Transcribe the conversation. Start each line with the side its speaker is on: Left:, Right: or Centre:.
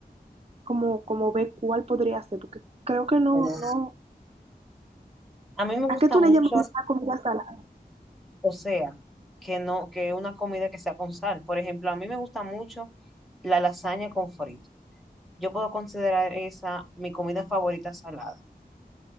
Right: como, como ver cuál podría hacer, porque creo que no,
Centre: bueno,
Right: no.
Centre: a mí me
Right: ¿A
Centre: gusta
Right: qué tú
Centre: mucho,
Right: le llamas una comida salada?
Centre: o sea, que no, que una comida que sea con sal. Por ejemplo, a mí me gusta mucho la lasaña con frito. Yo puedo considerar esa mi comida favorita salada.